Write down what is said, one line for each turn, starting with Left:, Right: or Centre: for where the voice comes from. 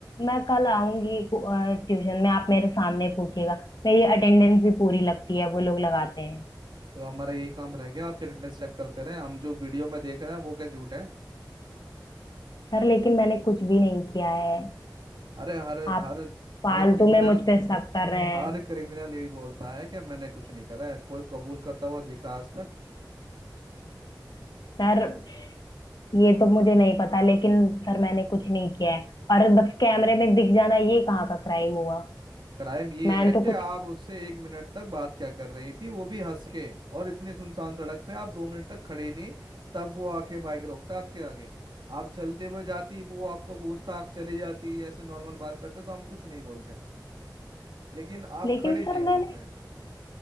Left: मैं कल आऊंगी को- अ, ट्यूशन में आप मेरे सामने पूछिएगा मेरी अटेंडेंस भी पूरी लगती है वो लोग लगाते हैं
Right: तो हमारा यही काम रह गया आपके अटेंडेंस चेक करते रहे हम जो वीडियो में देख रहे हैं वो क्या झूठ है
Left: सर लेकिन मैंने कुछ भी नहीं किया है
Right: अरे हर
Left: आप
Right: हर हर
Left: फालतू
Right: क्रिमिनल
Left: में मुझ पे शक कर रहे हैं
Right: हर क्रिमिनल यही बोलता है कि मैंने कुछ नहीं करा है कोई कबूल करता हुआ देखा आज तक
Left: सर ये तो मुझे नहीं पता लेकिन सर मैंने कुछ नहीं किया है और बस कैमरे में दिख जाना ये कहाँ का क्राइम हुआ
Right: क्राइम ये
Left: मैंने
Right: है
Left: तो
Right: कि
Left: कुछ
Right: आप उससे एक मिनट तक बात क्या कर रही थी वो भी हंस के और इतनी सुनसान सड़क पे आप दो मिनट तक खड़ी थी तब वो आके बाइक रोकता आपके आगे आप चलते हुए जाती वो आपको पूछता आप चली जाती ऐसे नॉर्मल बात करते तो हम कुछ नहीं बोलते लेकिन आप
Left: लेकिन
Right: खड़ी
Left: सर
Right: थी वहां
Left: मैंने
Right: पे